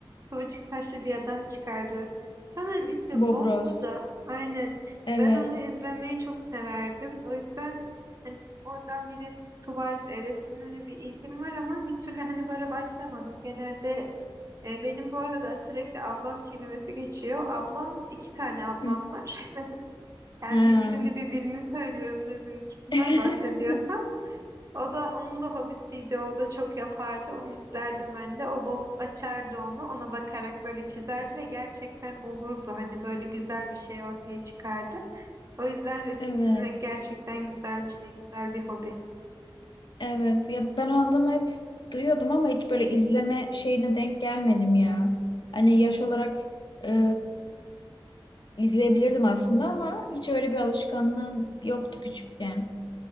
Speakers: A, on the right; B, on the left.
A: kıvırcık saçlı bir adam çıkardı. Sanırım ismi
B: Bobros.
A: Bob'du da. Aynen.
B: Evet.
A: Ben onu izlemeyi çok severdim. O yüzden hani oradan bir resim, tuval e, resimlerine bir ilgim var ama bir türlü hani böyle başlamadım. Genelde e, benim bu arada sürekli ablam kelimesi geçiyor. Ablam, iki tane ablam
B: Hı.
A: var. <laughs> Ben
B: Ha.
A: birbirini birbirini söylüyorumdur büyük ihtimal
B: <laughs>
A: bahsediyorsam. O da onun da hobisiydi. O da çok yapardı. Onu izlerdim ben de. O Bob açardı onu. Ona bakarak böyle çizerdi ve gerçekten olurdu. Hani böyle güzel bir şey ortaya çıkardı. O yüzden resim
B: Evet.
A: çizmek gerçekten güzel bir şey, güzel bir hobi.
B: Evet ya ben o adamı hep duyuyordum ama hiç böyle izleme şeyine denk gelmedim ya. Hani yaş olarak e, izleyebilirdim aslında ama hiç öyle bir alışkanlığım yoktu küçükken.